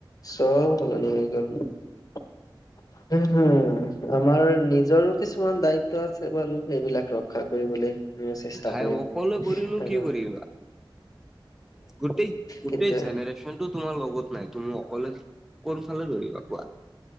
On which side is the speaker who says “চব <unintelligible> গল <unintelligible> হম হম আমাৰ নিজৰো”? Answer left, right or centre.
Left